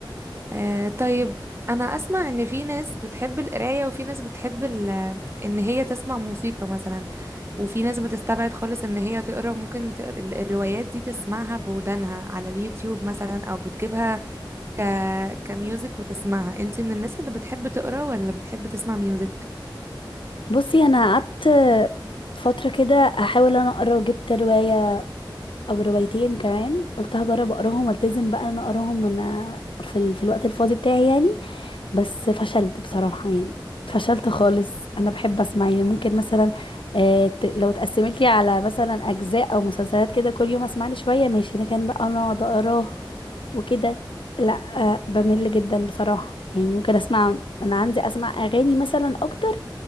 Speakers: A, on the right (about 30°); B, on the left (about 85°).
A: آه طيب انا اسمع ان في ناس بتحب القرايه وفي ناس بتحب ال- ان هي تسمع موسيقى مثلا وفي ناس بتستبعد خالص ان هي تقرا ممكن تقرا ال- الروايات دي تسمعها بودانها على اليوتيوب مثلا او بتجيبها ك كميوزك وتسمعها انتي من الناس اللي بتحب تقرا ولا بتحب تسمع ميوزك
B: بصي انا قعدت فتره كده احاول انا اقرا وجبت روايه او روايتين كمان قلت هجرب اقراهم والتزم بقى ان انا اقراهم من في ال... في الوقت الفاضي بتاعي يعني بس فشلت بصراحه يعني فشلت خالص انا بحب اسمع يعني ممكن مثلا آه ت... لو اتقسمت لي على مثلا اجزاء او مسلسلات كده كل يوم اسمع لي شويه ماشي لكن بقى انا اقعد اقراها وكده لا آه بمل جدا بصراحه يعني ممكن اسمع انا عندي اسمع اغاني مثلا اكتر